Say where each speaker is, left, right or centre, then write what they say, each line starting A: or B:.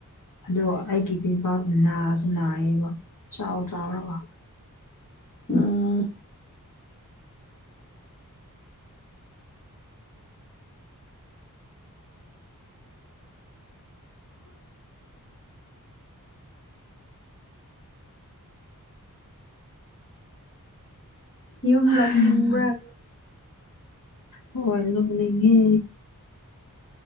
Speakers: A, on the left (about 65°); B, on the left (about 35°).
A: ꯑꯗꯣ ꯑꯩꯒꯤ ꯄꯤꯝꯄꯥꯜ ꯅꯥꯁꯨ ꯅꯥꯏꯌꯦꯕ ꯆꯥꯎ ꯆꯥꯎꯔꯒ
B: ꯎꯝ ꯌꯨꯝ
A: ꯍꯝ
B: ꯂꯥꯛꯅꯤꯡꯕ꯭ꯔꯥ
A: ꯍꯣꯢ ꯂꯨꯝꯅꯤꯡꯉꯦ